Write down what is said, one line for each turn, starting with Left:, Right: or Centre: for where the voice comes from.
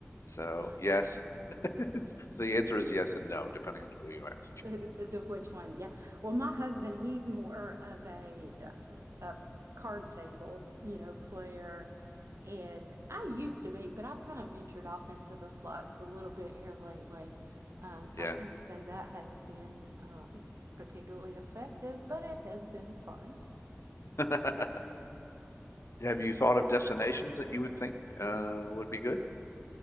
Left: So
Right: Fun.
Left: yes, <laughs> the answer is yes and no, depending on who you ask.
Right: <laughs> Of which one? Yeah. Well, my husband, he's more of a, a a card table, you know, player. And I used to be, but I've kind of ventured off into the slots a little bit here lately. Um, I
Left: Yeah.
Right: can't say that has been um, particularly effective, but it has been fun.
Left: <laughs> Have you thought of destinations that you would think uh, would be good?